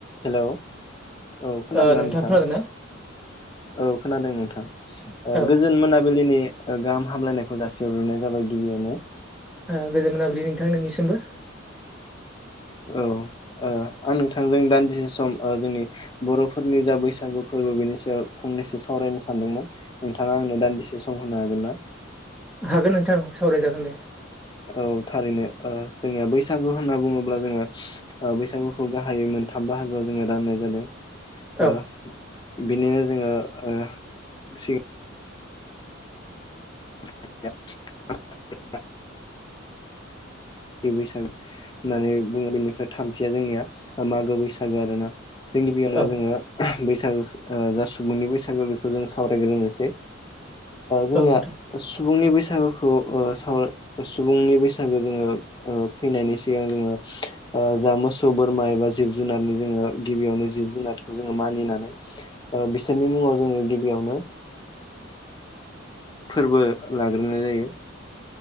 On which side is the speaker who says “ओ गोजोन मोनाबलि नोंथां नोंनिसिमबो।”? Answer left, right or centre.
Centre